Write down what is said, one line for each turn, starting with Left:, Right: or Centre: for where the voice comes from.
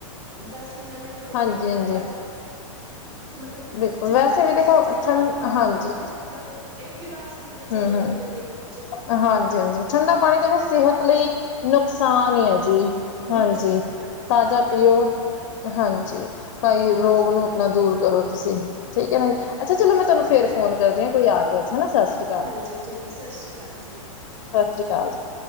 Right: ਦਸ ਪੰਦਰਾਂ ਮਿੰਟ ਰੋਕ
Left: ਹਾਂਜੀ
Right: ਕੇ ਪੀ ਲੋੋ
Left: ਹਾਂਜੀ
Right: ਵੈਸੇ। ਮਤਲਬ
Left: ਬਿਲਕੁਲ
Right: ਜਿਆਦਾ
Left: ਵੈਸੇ
Right: ਨੀ
Left: ਵੀ ਦੇਖੋ
Right: ਪੀਣਾ ਚਾਹੀਦਾ
Left: ਠੰ
Right: ਹਰ
Left: ਹਾਂਜੀ
Right: ਗੱਲ ਤੇ ਮਤਲਬ ਇੱਕ ਗਿਲਾਸ। ਪੀ ਲੋ
Left: ਹਮ
Right: ਚਲੋ
Left: ਹਮ
Right: ਪੂਰੇ ਦਿਨ 'ਚ।
Left: ਹਾਂਜੀ! ਹਾਂਜੀ! ਠੰਡਾ ਪਾਣੀ ਦੇਖੋ ਸਿਹਤ
Right: ਵੈਸੇ
Left: ਲਈ ਨੁਕਸਾਨ ਹੀ ਹੈ ਜੀ।
Right: ਨੁਕਸਾਨ
Left: ਹਾਂਜੀ!
Right: ਹਾਂਜੀ
Left: ਤਾਜ਼ਾ
Right: ਹਾਂਜੀ
Left: ਪੀਓ ਹਾਂਜੀ! ਕਈ ਰੋਗ ਨੂੰ
Right: ਹਾਂਜੀ
Left: ਆਪਣਾ ਦੂਰ ਕਰੋ ਤੁਸੀਂ। ਠੀਕ ਹੈ ਨਾ ਜੀ ਅੱਛਾ ਚਲੋ
Right: ਹਾਂਜੀ
Left: ਮੈਂ ਤੁਹਾਨੂੰ
Right: ਹਾਂਜੀ
Left: ਫੇਰ ਫ਼ੋਨ ਕਰਦੀ ਹਾਂ ਕੋਈ ਆ ਗਿਆ ਹੈ ਸਤਿ ਸ਼੍ਰੀ।
Right: ਹਾਂਜੀ! ਠੀਕ ਹੈ ਸਤਿ ਸ਼੍ਰੀ ਅਕਾਲ ਜੀ।
Left: ਸਤਿ ਸ਼੍ਰੀ ਅਕਾਲ ਜੀ!